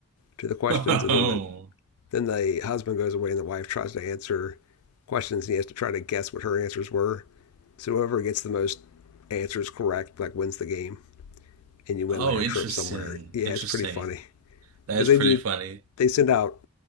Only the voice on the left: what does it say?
to the questions,
and
then the then the husband goes away and the wife tries to answer questions, and he has to try to guess what her answers were. So whoever gets the most answers correct like wins the game. and you win
like a
trip somewhere. Yeah,
it's pretty funny
because
they
do
they send out